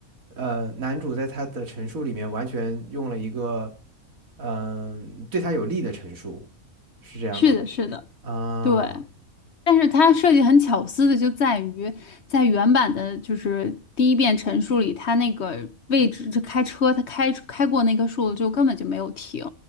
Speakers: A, on the right; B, on the left.
A: 呃，男主在他的陈述里面完全用了一个，嗯、对他有利的陈述，是这样吗？
B: 是的，是的，
A: 啊，
B: 对。但是它设计很巧思的就在于，在原版的就是第一遍陈述里，他那个位置就开车，他开开过那棵树就根本就没有停，